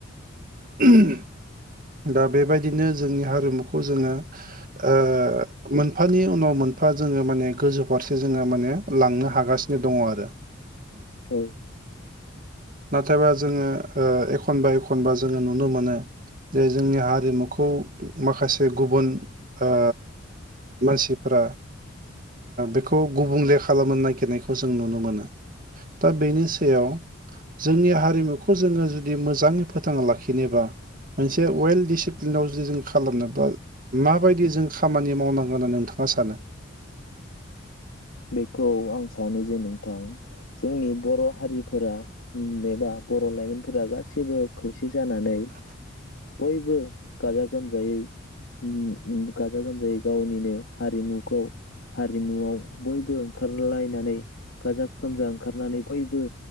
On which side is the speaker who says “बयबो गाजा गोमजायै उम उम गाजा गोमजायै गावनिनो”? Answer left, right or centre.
Left